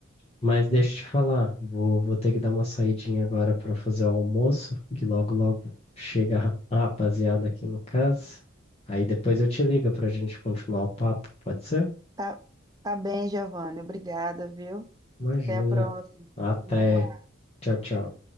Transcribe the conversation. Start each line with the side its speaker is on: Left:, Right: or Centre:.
Left: Mas deixa eu te falar, vou, vou ter que dar uma saidinha agora para fazer o almoço, que logo logo chega a rapaziada aqui em casa. Aí depois eu te ligo para a gente continuar o papo, pode ser?
Right: Tá, tá bem, Giovanni. Obrigada, viu?
Left: Imagina.
Right: Até a próxima.
Left: Até.
Right: Fico no aguardo.
Left: Tchau, tchau.